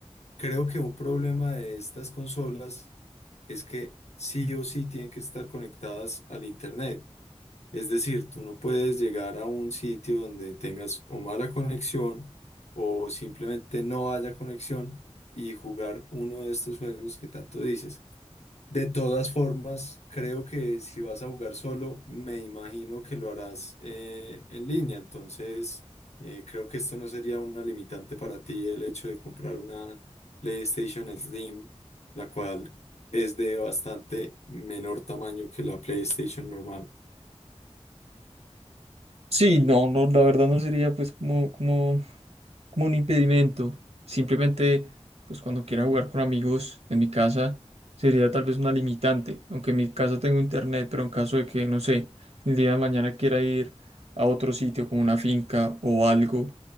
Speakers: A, on the left; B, on the right.
A: Creo que un problema de estas consolas es que sí o sí tienen que estar conectadas al Internet. Es decir, tú no puedes llegar a un sitio donde tengas o mala conexión o simplemente no haya conexión y jugar uno de estos juegos que tanto dices. De todas formas, creo que si vas a jugar solo, me imagino que lo harás eh, en línea. Entonces, eh, creo que esto no sería una limitante para ti el hecho de comprar una PlayStation Slim, la cual es de bastante menor tamaño que la PlayStation normal.
B: Sí, no, no, la verdad no sería pues como, como, como un impedimento. Simplemente, pues cuando quiera jugar con amigos en mi casa, sería tal vez una limitante. Aunque en mi casa tengo internet, pero en caso de que, no sé, el día de mañana quiera ir a otro sitio como una finca o algo,